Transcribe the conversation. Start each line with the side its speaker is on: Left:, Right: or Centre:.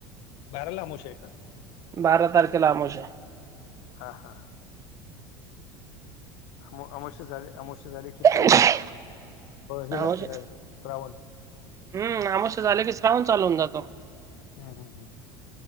Left: बाराला अमावस्या आहे का?
Right: बारा तारखेला आमोशा आहे.
Left: हा हा हा. अमावश्य झाले अमावश्य झाले की परत
Right: आहे.
Left: हे
Right: अमावस्या
Left: लागते का श्रावण.
Right: हम्म आमोशा झाले की श्रावण चालू होऊन जातो.
Left: हम् हम् हा